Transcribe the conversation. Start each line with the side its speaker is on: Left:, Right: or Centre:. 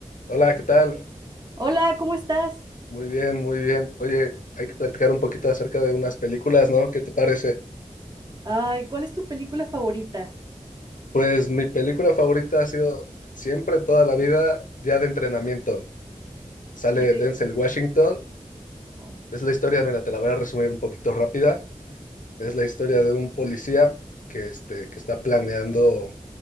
Left: Hola, ¿qué tal?
Right: Hola, ¿cómo estás?
Left: Muy bien, muy bien. Oye, hay que platicar un poquito acerca de unas películas, ¿no? ¿Qué te parece?
Right: Ay, ¿cuál es tu película favorita?
Left: Pues mi película favorita ha sido siempre, toda la vida, Día de Entrenamiento. Sale
Right: Y de...
Left: Denzel Washington.
Right: Oh.
Left: Es la historia, mira, te la voy a resumir un poquito rápida. Es la historia de un policía que, este, que está planeando,